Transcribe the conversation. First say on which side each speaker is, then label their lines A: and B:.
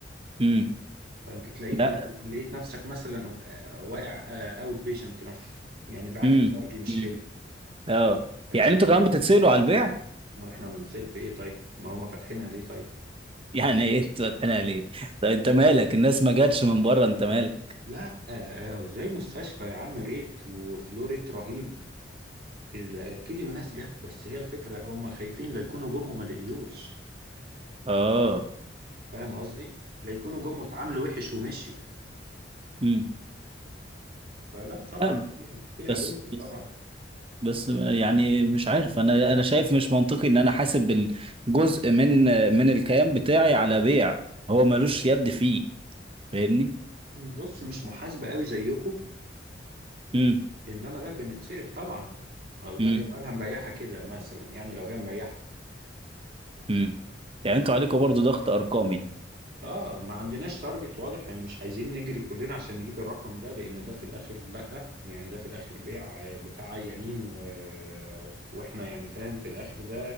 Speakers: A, on the right (about 30°); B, on the right (about 55°).
A: امم
B: فانت تلاقيت
A: لا
B: لقيت نفسك مثلا آه، واقع اوت بيشنت مثلا يعني باعك
A: امم
B: الخارجي مش
A: امم
B: حلو
A: اه
B: هتشوف
A: يعني انتوا كمان بتتسألوا على البيع
B: امال احنا بنسال في ايه طيب امال هم فاتحينها ليه طيب
A: <laughs> يعني ايه انتوا فاتحينها ليه طب انت مالك الناس ما جاتش من بره انت مالك
B: لا آه، آه، آه، زي مستشفى يا عم ريت وفلو ريت رهيب ال- اكيد الناس جت بس هي الفكره هم خايفين لا يكونوا جم وما لقيوش
A: اه
B: فاهم قصدي لا يكونوا جم واتعاملوا وحش ومشيوا
A: امم
B: فلا طبعا
A: لا
B: فيها فيها
A: بس
B: جزء
A: بس
B: طبعا
A: بس يعني مش عارف انا انا شايف مش منطقي ان انا حاسب الجزء من من الكيان بتاعي على بيع هو ملوش يد فيه فاهمني
B: بص مش محاسبه قوي زيكم
A: امم
B: انما لا بنتسأل طبعا الله
A: امم
B: يبقى مريحه كده مثلا يعني لو هي مريحه
A: امم يعني انتوا عليكم برضو ضغط ارقامي
B: اه ما عندناش تارجت واضح يعني مش عايزين نجري كلنا عشان نجيب الرقم ده لان ده في الاخر لا يعني ده في الاخر بيع آه، بتاع عيانين و... واحنا يعني فاهم في الاخر ده